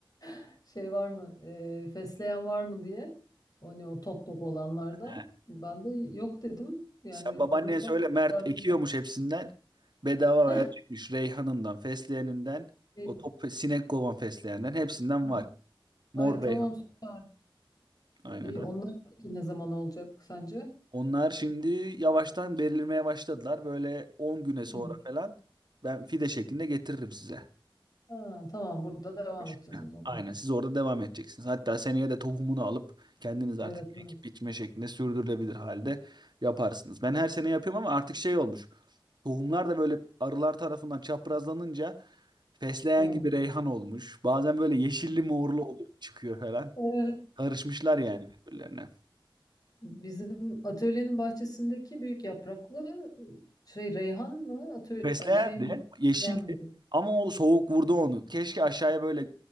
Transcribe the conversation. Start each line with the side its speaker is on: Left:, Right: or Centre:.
Left: <laughs> şey var mı? E, fesleğen var mı diye. O ne o top top olanlardan.
Right: He.
Left: Ben de yok dedim. Yani
Right: Sen babaanneye
Left: bulursam
Right: söyle Mert
Left: sardım.
Right: ekiyormuş hepsinden. Bedava
Left: <laughs>
Right: verecekmiş reyhanından, fesleğeninden,
Left: E,
Right: o top sinek kovan fesleğenden hepsinden
Left: ha,
Right: var. Mor
Left: Ay tamam
Right: reyhan.
Left: süper.
Right: Aynen
Left: İyi
Right: öyle.
Left: onlar peki ne zaman olacak sence?
Right: Onlar şimdi yavaştan belirmeye başladılar. Böyle 10 güne sonra
Left: Hı.
Right: falan ben fide şeklinde getiririm size.
Left: Ha, tamam burada devam
Right: Beş
Left: edeceğiz
Right: güne.
Left: o zaman.
Right: Aynen siz orada devam edeceksiniz. Hatta seneye de tohumunu alıp kendiniz artık
Left: Evet evet.
Right: ekip biçme şeklinde sürdürülebilir halde yaparsınız. Ben her sene yapıyorum ama artık şey olmuş. Tohumlar da böyle arılar tarafından çaprazlanınca fesleğen
Left: Evet.
Right: gibi reyhan olmuş. Bazen böyle yeşilli morlu oluyor çıkıyor falan.
Left: Evet.
Right: Karışmışlar yani birbirlerine.
Left: Bizim atölyenin bahçesindeki büyük yapraklı e, şey reyhan mı? Atölye,
Right: Fesleğen
Left: ay, şey mi?
Right: de yeşildi
Left: Yen miydi?
Right: ama o soğuk vurdu onu. Keşke aşağıya böyle